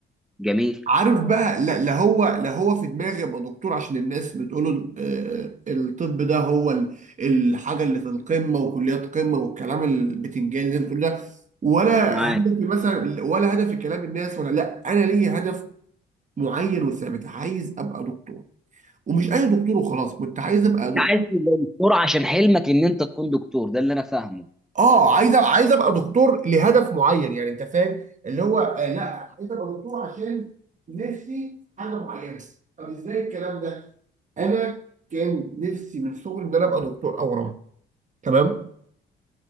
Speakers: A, in the centre; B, on the right (about 40°).
A: جميل
B: عارف بقى لا لا هو لا هو في دماغي ابقى دكتور عشان الناس بتقول الطب ده هو ال- الحاجه اللي في القمه وكليات قمه والكلام البتنجان اللي انت بتقول ده ولا
A: معاك
B: هدفي مثلا ولا هدفي كلام الناس ولا لا انا ليا هدف معين وثابت عايز ابقى دكتور ومش اي دكتور وخلاص كنت عايز ابقى
A: انت
B: دكتور
A: عايز تبقى دكتور عشان حلمك ان انت تكون دكتور ده اللي انا فاهمه
B: اه عايز أ- عايز ابقى دكتور لهدف معين يعني انت فاهم اللي هو آه لا عايز ابقى دكتور عشان نفسي حاجه معينه طب ازاي الكلام ده انا كان نفسي من صغري ان انا ابقى دكتور اورام تمام